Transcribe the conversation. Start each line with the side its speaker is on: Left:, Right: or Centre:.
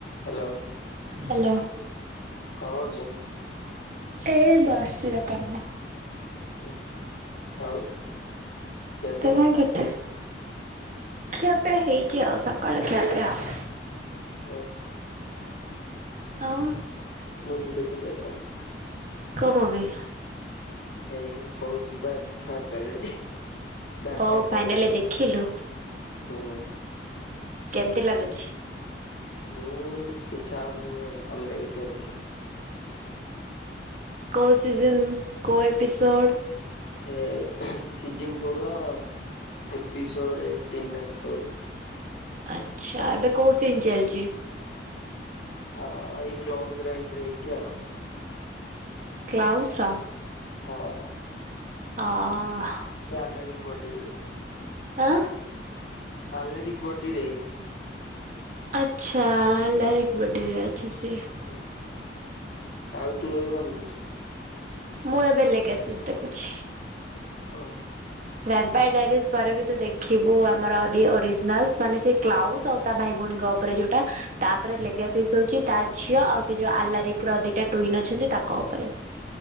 Left: Hello?
Right: Hello!
Left: କଣ କରୁଛି?
Right: ଏଇ ବସଛି ଦୋକାନରେ।
Left: ଉଁ ହୁଁ ଆଉ! ଖିଆ ପିଆ?
Right: ତୁ କଣ କରୁଚୁ ଖିଆ ପିଆ ହେଇଛି ଆଉ ସକାଳ ଖିଆପିଆ ଆଉ।
Left: ଓ।
Right: ହଁ <unintelligible>
Left: ମୁଭି ଦେଖୁଛି ଆଉ କଣ।
Right: କୋଉ ମୁଭି?
Left: ଏଇ କହୁଥିଲି ପା ଧାପେଡ ଧାପେପେଜ୍
Right: ଓ ଫାଇନାଲି
Left: <unintelligible>
Right: ଦେଖିଲୁ
Left: ହୁଁ
Right: କେମତି ଲାଗୁଛି?
Left: ହୁଁ ଇଛା ହଉନି ଅଲଗା କିଛି ଆଉ ଦେଖିବାକୁ।
Right: କୋଉ ସିଜନ୍ କୋଉ ଏପିସୋଡ଼୍?
Left: ଏ ସିଜନ୍ ଟୁ ର ଏପିସୋଡ ଏଇଟିନ୍ ନା କେତେ ଗୋଟେ।
Right: ଆଚ୍ଛା
Left: କଣ
Right: ଏବେ କୋଉ ସିିନ ଚାଲିଚି?
Left: ହଁ ଏଇ କ୍ଲଜ ର ଏଣ୍ଟ୍ରି ହେଇଛି ଆଉ।
Right: କ୍ଲାଉସ୍ର ର?
Left: ହଁ।
Right: ଅ ଅ।
Left: ସାଲାରି କଡିବି <unintelligible>
Right: ଆଁ!
Left: ଆଲେରିକ ବଡି ରେ।
Right: ଆଚ୍ଛା ଆଲାରିକ ବଡିରେ ଅଛିି ସିଏ
Left: ହୁଁ ଆଉ ତୁ ଏବେ କଣ ଦେଖୁଛୁ?
Right: ମୁଁ ଏବେ ଲେଗାସିସ୍ ଦେଖୁଛି।।
Left: ଓହୋ।
Right: ଭ୍ୟାପାଡାରିଜ ପରେ ବି ତୁ ଦେଖିବୁ ଆମର ଦି ଓରିଜିନାଲସ୍ ମାନେ ସେ କ୍ଲାଉଜ ଆଉ ତା ଭାଇ ଭଉଣୀଙ୍କ ଉପରେ ଯୋଉଟା ତା ପରେ ଲେଗାସିସ୍ ହଉଛି ତା ଝିଅ ଆଉ ସେ ଯୋଉ ଆଲାରିକ ର ଦିଟା ଟୁଇନ୍ ଅଛନ୍ତି ତାଙ୍କ ଉପରେ।